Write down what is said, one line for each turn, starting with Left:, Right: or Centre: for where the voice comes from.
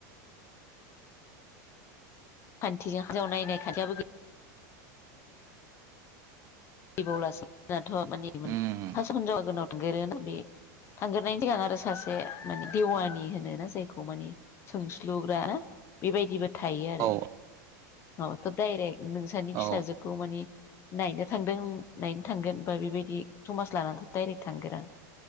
Left: खान्थिजों हिनजाव नायनाय खान्थियाबो गै बावलासो जोंनाथ माने
Right: उम
Left: <unintelligible> बे थांग्रोनायनि सिगां आरो सासे माने देवानि होनो ना जायखौ माने सोंस्लुग्रा ना बेबायदिबो थायो आरो
Right: औ
Left: नङाबाथ' डायरेक्ट नोंसोरनि फिसाजोखौ
Right: औ
Left: माने नायनो थांदों नायनो थांगोन बा बेबायदि समाज लानाथ' डाइरेक्ट थांगोरा